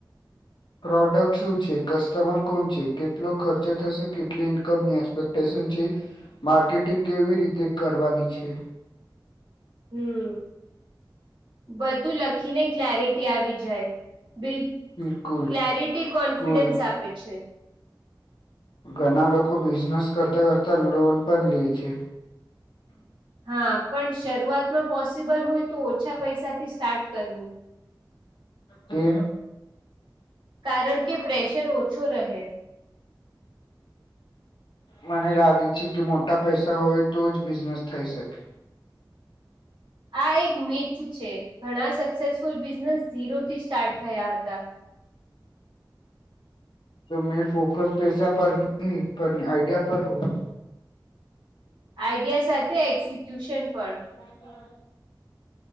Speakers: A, on the left; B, on the right.
A: પ્રોડક્ટ શું છે કસ્ટમર કોણ છે કેટલો ખર્ચો થશે કેટલી ઇન્કમની એક્સપેક્ટેશન છે માર્કેટિંગ કેવી રીતે કરવાની છે
B: હમ બધું લખીને ક્લેરિટી આવી જાય બિલ
A: બિલકુલ
B: ક્લરિટી કોન્ફિડન્સ
A: કુલ
B: આપે છે
A: ઘણા લોકો બિઝનેસ કરતા કરતા લોન પણ લે છે
B: હા પણ શરૂઆતમાં પોસિબલ હોય તો ઓછા પૈસાથી સ્ટાર્ટ કરવું
A: કે
B: કારણ કે પ્રેશર ઓછો રહે
A: મને લાગે છે કે મોટા પૈસા હોય તો જ બિઝનેસ થઈ શકે
B: આ એક મીથ છે ઘણા સક્સેસફુલ બિઝનેસ ઝીરો થી સ્ટાર્ટ થયા હતા
A: તો મેં ફોકસ પેશા પર નહી આઈડિયા પર હોવ
B: આઈડિયા સાથે એક્ઝિક્યુશન પણ
A: હા હા